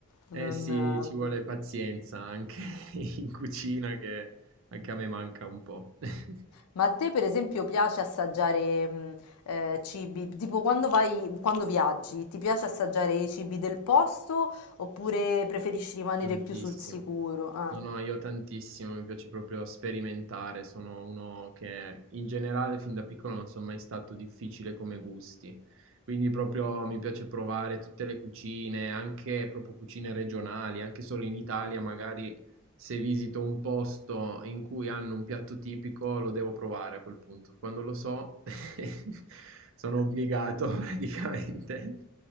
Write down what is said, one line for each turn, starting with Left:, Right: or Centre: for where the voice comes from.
Left: non...
Right: Eh sì, ci vuole pazienza anche <laughs> in cucina che anche a me manca un po', <laughs>
Left: Ma a te, per esempio, piace assaggiare mh, eh, cibi? Tipo quando vai, quando viaggi, ti piace assaggiare i cibi del posto oppure preferisci rimanere
Right: tantissimo.
Left: più sul sicuro? Ah.
Right: No, no, io tantissimo, mi piace proprio sperimentare, sono uno che in generale fin da piccolo non sono mai stato difficile come gusti, quindi proprio mi piace provare tutte le cucine, anche proprio cucine regionali, anche solo in Italia, magari se visito un posto in cui hanno un piatto tipico lo devo provare a quel punto, quando lo so <laughs> sono obbligato praticamente